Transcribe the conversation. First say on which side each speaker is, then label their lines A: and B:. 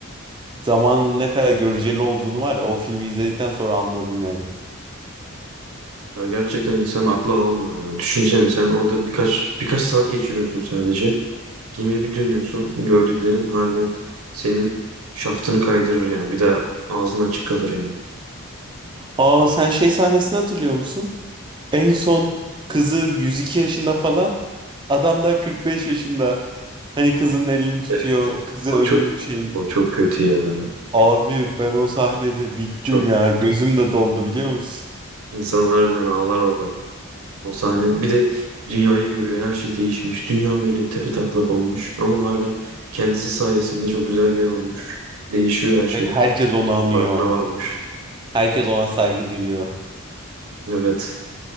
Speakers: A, on the right; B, on the right.
A: Zamanın ne kadar göreceli olduğunu var ya o filmi izledikten sonra anladım yani.
B: Ya gerçekten insanın aklı almıyor ya. Düşünsene sen orada birkaç birkaç saat geçiriyorsun sadece. Gemiye bir dönüyorsun. Gördüklerin harbiden senin şaftını kaydırır yani. Bir daha ağzın açık kalır yani.
A: Aa sen şey sahnesini hatırlıyor musun? En son kızı 102 yaşında falan, adam da 45 yaşında. Hani kızın elini tutuyor,
B: Evet,
A: kızı
B: O
A: ölüm
B: çok
A: şeyini.
B: o çok kötü ya.
A: Abi ben o sahnede bittim
B: Çok
A: ya. Gözüm de doldu biliyor musun?
B: insan harbiden ağlar orada. O sahne. Bir de dünyayı görüyor. Her şey değişmiş. Dünya böyle tepe taklak olmuş ama hala kendisi sayesinde çok güzel bir yer olmuş. Değişiyor her şey.
A: Evet, herkes onu
B: Bunun
A: anıyor.
B: farkına varmış.
A: Herkes ona saygı duyuyor.
B: Evet.